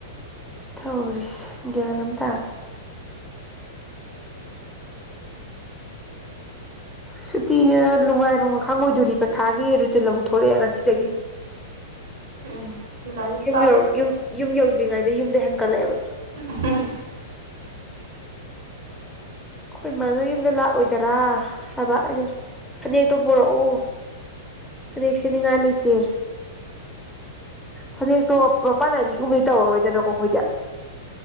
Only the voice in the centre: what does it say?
ꯊꯧꯔꯤꯁꯦ ꯒ꯭ꯌꯥꯟ ꯑꯃ ꯇꯥꯗꯦ ꯁꯨꯇꯤꯅꯦꯅ ꯅꯨꯡꯉꯥꯏꯐꯝꯒ ꯈꯪꯉꯣꯏꯗꯣꯔꯤ ꯄꯩꯈꯥꯒꯤ ꯔꯨꯇꯤꯟ ꯑꯃꯨꯛ ꯊꯣꯛꯂꯛꯑꯦ ꯉꯁꯤꯗꯒꯤ
ꯌꯨꯝ
ꯌꯧ ꯌꯨꯝ ꯌꯨꯝ ꯌꯧꯗ꯭ꯔꯤꯉꯥꯏ ꯃꯌꯨꯝꯗ ꯍꯦꯟꯀꯠꯂꯛꯑꯦꯕ
ꯑꯩꯈꯣꯏ ꯃꯥꯅ ꯌꯨꯝꯗ ꯂꯥꯛꯑꯣꯏꯗꯔꯥ ꯍꯥꯏꯕ ꯑꯩꯅ ꯐꯅꯦꯛꯇꯣ ꯄꯨꯔꯛꯎ ꯐꯅꯦꯛ ꯁꯦꯅꯤꯉꯥꯏ ꯂꯩꯇꯦ ꯐꯅꯦꯛꯇꯣ ꯃꯄꯥꯟ ꯅꯥꯏꯕꯤꯒꯨꯝꯕꯗꯤ ꯇꯧꯔꯔꯣꯏꯗꯅꯀꯣ ꯑꯩꯈꯣꯏꯗꯤ